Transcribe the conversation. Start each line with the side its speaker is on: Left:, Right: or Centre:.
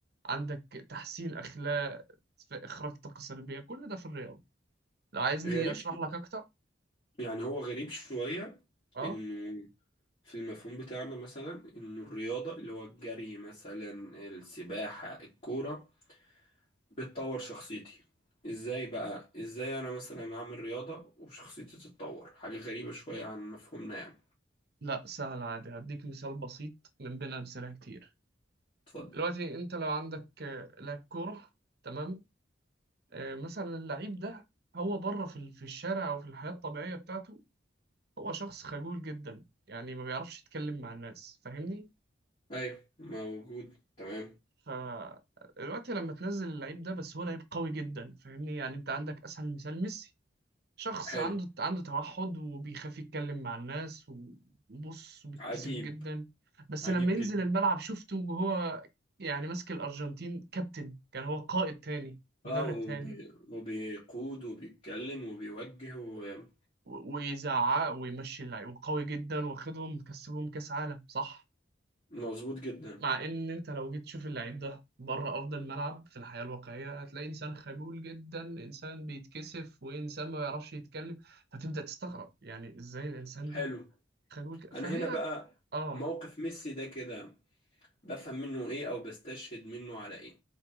Right: عندك تحسين أخلاق في إخراج طاقة سلبية كل ده في الرياضة لو عايزني
Left: غريب
Right: أشرح لك أكتر
Left: يعني هو غريب شوية
Right: اه
Left: انه في المفهوم بتاعنا مثلا انه الرياضة اللي هو الجري مثلا السباحة الكورة بتطور شخصيتي ازاي بقى ازاي انا مثلا اعمل رياضة وشخصيتي تتطور حاجة غريبة شوية عن مفهومنا يعني
Right: لا سهل عادي هديك مثال بسيط من بين أمثلة كتير
Left: اتفضل
Right: دلوقتي انت لو عندك آه، لاعب كورة تمام آه، مثلا اللعيب ده هو بره في ال- في الشارع او في الحياة الطبيعية بتاعته هو شخص خجول جدا يعني ما بيعرفش يتكلم مع الناس فاهمني
Left: ايوه موجود تمام
Right: فدلوقتي لما تنزل اللعيب ده بس هو لعيب قوي جدا فاهمني يعني انت عندك اسهل مثال ميسي شخص
Left: حلو
Right: عنده عنده توحد وبيخاف يتكلم مع الناس وبص وبيتكسف
Left: عجيب
Right: جدا بس
Left: عجيب
Right: لما ينزل
Left: جدا
Right: الملعب شفته وهو يعني ماسك الارجنتين كابتن كان هو قائد تاني مدرب
Left: اه وبي...
Right: تاني
Left: وبيقود وبيتكلم وبيوجه وقوي
Right: و- ويزعق ويمشي اللعيب وقوي جدا واخدهم مكسبهم كاس عالم صح
Left: مظبوط جدا
Right: مع ان انت لو جيت تشوف اللعيب ده بره ارض الملعب في الحياه الواقعيه هتلاقي انسان خجول جدا انسان بيتكسف وانسان ما بيعرفش يتكلم فتبدا تستغرب يعني ازاي الانسان
Left: حلو
Right: ده خجول كده فهي
Left: انا هنا بقى
Right: اه
Left: موقف ميسي ده كده بفهم منه ايه او بستشهد منه على ايه